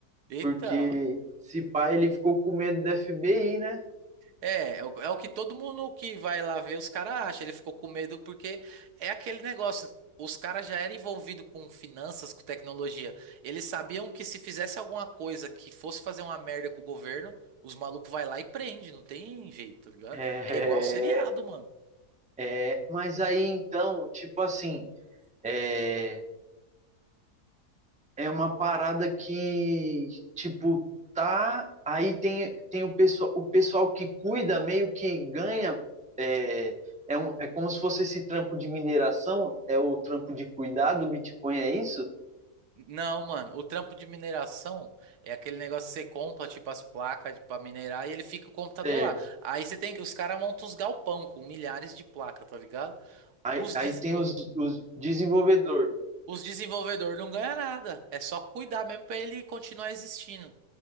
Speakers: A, on the right; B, in the centre.
A: eita,
B: Porque se pá, ele ficou com medo da FBI, né?
A: É, é o, é o que todo mundo que vai lá ver, os caras acham. Ele ficou com medo porque é aquele negócio. Os caras já eram envolvidos com finanças, com tecnologia. Eles sabiam que se fizesse alguma coisa que fosse fazer uma merda com o governo, os malucos vai lá e prende. Não tem jeito, tá ligado?
B: <laughs> É,
A: É igual seriado, mano.
B: é, mas aí então, tipo assim, é,
A: Hum.
B: é uma parada que, tipo, tá. Aí tem, tem o, pessoal, o pessoal que cuida, meio que ganha. É, é, um, é como se fosse esse trampo de mineração, é o trampo de cuidar do Bitcoin, é isso?
A: Não, mano, o trampo de mineração é aquele negócio que você compra, tipo, as placas pra minerar e ele fica o computador
B: É,
A: lá. Aí você tem que, os caras montam uns galpão com milhares de placas, tá ligado?
B: Aí,
A: Os,
B: aí
A: des-
B: tem os, os desenvolvedor.
A: Os desenvolvedores não ganham nada. É só cuidar mesmo pra ele continuar existindo.